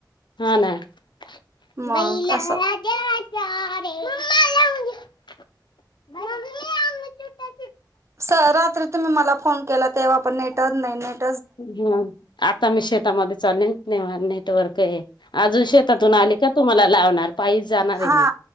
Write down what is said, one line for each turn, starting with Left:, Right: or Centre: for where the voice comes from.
Left: हा ना <unintelligible>
Right: मग असं
Left: <unintelligible>
Right: सर रात्री तुम्ही मला फोन केला तेव्हा पण नेटच नाही नेट
Left: ह आता मी शेतामध्ये चालेल नेटवर्क आहे अजून शेतातून आली का तुम्हाला लावणार पायीच जाणार आहे
Right: हा
Left: मी